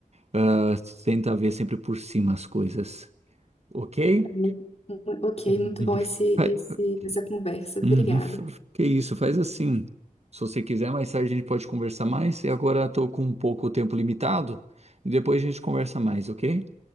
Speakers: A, on the right; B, on the left.
A: ah, tenta ver sempre por cima as coisas, ok?
B: É muito- mu- ok,
A: Uhum.
B: muito bom esse,
A: <laughs>
B: esse,
A: Vai-
B: essa conversa. Obrigada.
A: Uhum, f- f- Que isso, faz assim. Se você quiser, mais tarde a gente pode conversar mais. E agora estou com um pouco o tempo limitado. E depois a gente conversa mais, ok?